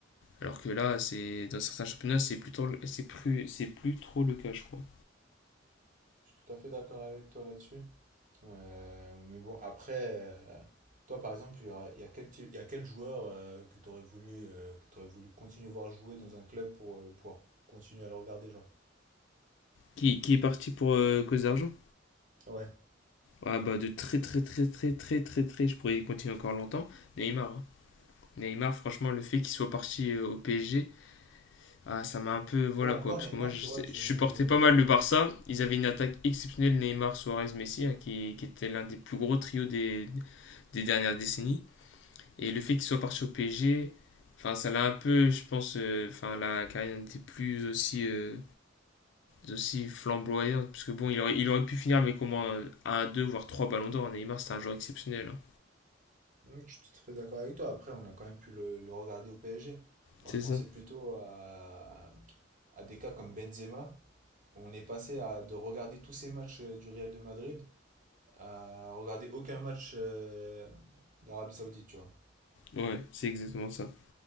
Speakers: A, on the left (about 65°); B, on the right (about 40°).
A: Alors que là, c'est dans certains championnats, c'est plutôt c'est plus c'est plus trop le cas, je crois.
B: tout à fait d'accord avec toi là-dessus. Euh, mais bon, après, euh, toi par exemple, il y aura- il y a quel type- il y a quel joueur euh, que tu aurais voulu, euh, que tu voulu continuer à voir jouer dans un club pour euh, pouvoir continuer à le regarder, genre?
A: Qui, qui est parti pour euh, cause d'argent.
B: Ouais.
A: Ah bah de très très très très très très très, je pourrais y continuer encore longtemps. Neymar, hein. Neymar, franchement, le fait qu'il soit parti euh, au PSG, ah, ça m'a un peu, voilà
B: Ou encore
A: quoi, parce
B: Neymar,
A: que moi je,
B: tu
A: sais-
B: vois, tu...
A: je supportais pas mal
B: t'as-
A: le Barça. Ils avaient une attaque exceptionnelle, Neymar, Suarez, Messi, hein, qui, qui était l'un des plus gros trios des, des dernières décennies. Et le fait qu'il soit parti au PSG, enfin ça l'a un peu, je pense, euh, enfin la carrière n'était plus aussi euh, aussi flamboyant, parce que bon, il aurait, il aurait pu finir avec au moins un, deux, voire trois ballons d'or. Neymar, c'était un joueur exceptionnel. hein.
B: Hmm, je suis tout à fait d'accord avec toi. Après, on a quand même pu le, le regarder au PSG. Moi,
A: C'est
B: je pensais
A: ça.
B: plutôt à, à des cas comme Benzema. où On est passé à, de regarder tous ces matchs euh, du Real de Madrid à regarder aucun match euh, d'Arabie Saoudite, tu vois.
A: Ouais, c'est exactement ça.